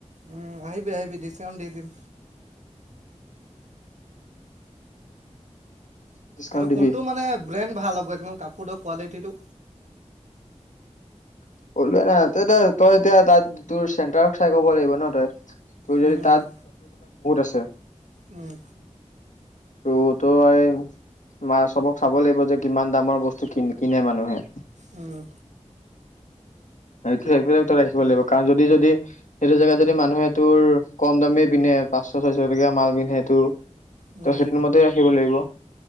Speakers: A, on the right; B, on the left.
A: উম' আহিবি আহিবি ডিচকাউন্ট দি দিম।
B: ডিছকাউণ্ট
A: আৰু
B: দিবি?
A: কোনটো মানে ব্ৰেণ্ড ভাল হ'ব একদম কাপোৰটোৰ কোৱালিটিটো।
B: <unintelligible> তোৰ যদি তাত কাপোৰৰ দোকান বহুত
A: উম,
B: আছে।
A: উম,
B: তো তই <unintelligible> লাগিব যে কিমান দামৰ বস্তু কিন কিনে মানুহে।
A: উম'।
B: <unintelligible> ৰাখিব লাগিব কাৰণ যদি যদি সেইটো জেগাত যদি মানুহে তোৰ কম দামেই পিন্ধে পাঁচশ ছয়শ টকীয়া মাল পিন্ধেটো তই
A: উম,
B: সেইটোৰ মতে ৰাখিব লাগিব।